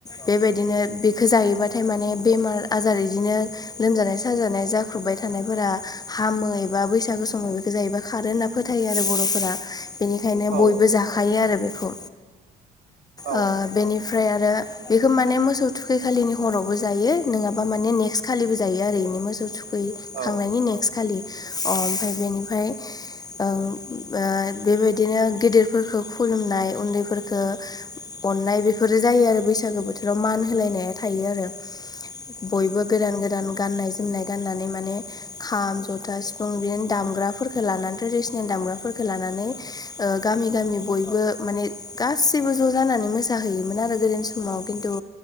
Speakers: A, on the left; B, on the right.
A: बेबायदिनो बेखो जायोबाथाय माने बेमार आजार इदिनो लोमजानाय-साजानाया जाख्रुबबाय थानायफोरा हामो एबा बैसागु समाव बेखौ जायोबा खारो होनना फोथायो आरो बर'फोरा। बेनिखायनो
B: औ
A: बयबो जाखायो आरो बेखौ
B: औ
A: ओ बेनि फ्राय आरो बेखौ माने मोसौ थुखैखालिनि हरावबो जायो नोङाबा माने नेक्स्थ खालिबो जायो आरो इनि मोसौ थुखै
B: औ
A: खांनायनि नेक्स्ट खालि ओ ओमफाय बेनिफ्राय ओ ओ बेबायदिनो गेदेरफोरखो खुलुमनाय उन्दैफोरफोरखो अननाय बेफोरो जायो आरो बैसागो बोथोराव मान होलायनाया थायो आरो बयबो गोदान गोदान गाननाय-जोमनाय गाननानै माने खाम, जथा, सिफुं बिदिनो दामग्राफोरखौ लानानै ट्रेडिसनेल दामग्राफोरखौ लानानै ओ गामि गामि बय बो माने गासैबो ज' जानानै मोसाहैयोमोन आरो गोदोनि समाव खिन्थु